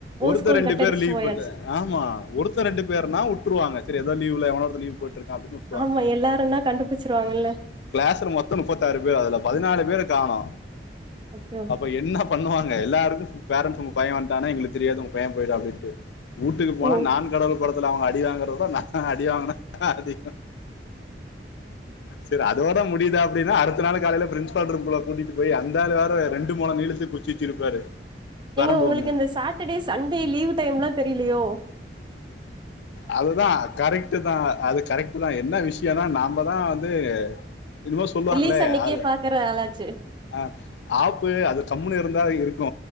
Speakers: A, on the right; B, on the left.
A: ஓ
B: ஒருத்தர்
A: ஸ்கூல்
B: ரெண்டு
A: கட்
B: பேர்
A: அடிச்சுட்டு
B: லீவ்
A: போயாச்சு
B: போட்ட ஆ ஆமா ஒருத்த ரெண்டு பேர்னா வுட்ருவாங்க செரி ஏதோ லீவ்ல எவனோ ஓருத்தே லீவு போட்ருக்கா அப்டினு வுட்
A: ஆமா எல்லாருனா கண்டுபிடிச்சிருவாங்கல்ல
B: கிளாஸ்ல மொத்தோ முப்பத்தாறு பேர் அதுல பதினாலு பேரு காணோ
A: அச்சோ
B: இப்ப என்ன பண்ணுவாங்க எல்லாருக்கு ஃப் பேரண்ட்ஸ் உங்க பையே வந்ட்டான எங்களுக்கு தெரியாது உங்க பையே போயிடா அப்டின்ட்டு வீட்டுக்கு போனா
A: ஓ
B: நான் கடவுள் படத்துல அவுங்க அடி வாாங்குற வுட நா அடி வாங்கினே அதிகோ செரி அதோட முடியுதா அப்டினா அடுத்த நாளு காலேல பிரின்சிப்பால் ரூம்குள்ள கூட்டிட்டு போய் அந்த ஆளு வேற ரெண்டு மொழ நீளத்துக்கு குச் சி வச்சிருப்பாரு
A: ஏங்க
B: வரம்பு
A: உங்களுக்கு
B: ஒன்று
A: இந்த சாட்டர்டே சன்டே லீவ் டைம்ல்லா தெரியலயோ
B: அதுதா கரெக்ட்டு தா அது கரெக்ட் தா என்ன விஷயொனா நாம்ப தா வந்து இதுமோ சொல்லுவாங்களே
A: ரிலீஸ் அன்னைக்கே
B: அது
A: பாக்குற ஆளாச்சே
B: அ ஆப்பு அது கம்முனு இருந்தா இருக்கு